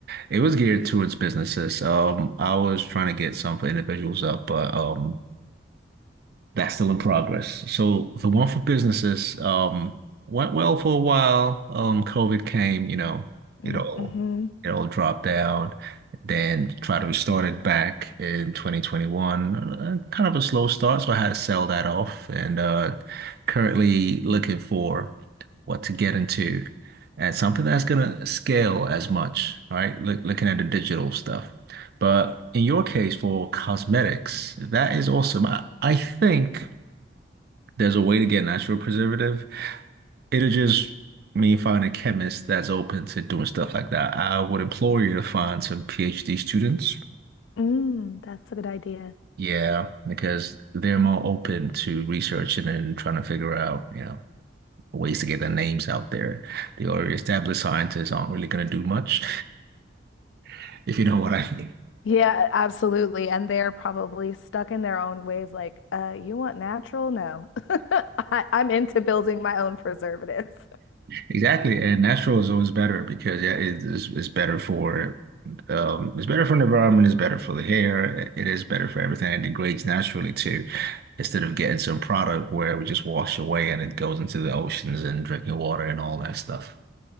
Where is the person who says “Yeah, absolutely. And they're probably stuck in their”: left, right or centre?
Left